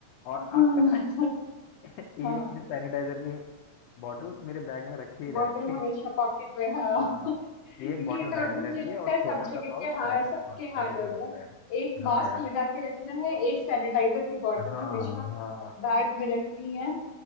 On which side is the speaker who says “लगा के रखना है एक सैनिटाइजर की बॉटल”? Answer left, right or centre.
Left